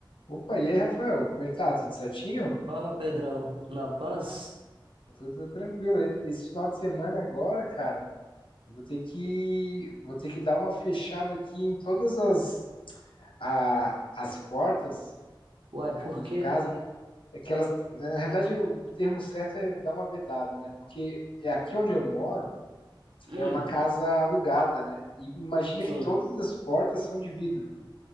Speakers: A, on the left (about 80°); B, on the right (about 80°).
A: Opa, e aí, Rafael, como é que tá? Tudo certinho?
B: Fala, Pedrão. Na paz?
A: Tudo tranquilo. E- Esse final de semana agora, cara, eu vou ter que vou ter que dar uma fechada aqui em todas as a- as portas
B: Uai,
A: é,
B: por
A: aqui de
B: quê?
A: casa. É que elas, na realidade, o termo certo é dar uma vedada, né? Porque é aqui onde eu moro
B: Hum,
A: é uma casa alugada, né? E imagina que
B: sim.
A: todas as portas são de vidro.